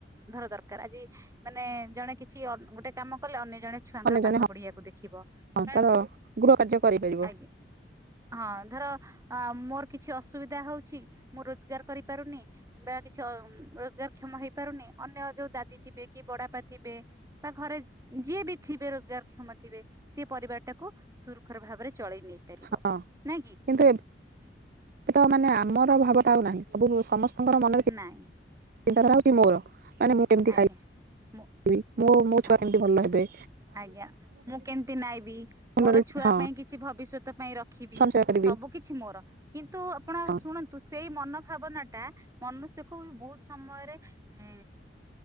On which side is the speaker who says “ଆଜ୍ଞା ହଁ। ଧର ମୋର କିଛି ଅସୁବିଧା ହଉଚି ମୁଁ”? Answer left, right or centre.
Right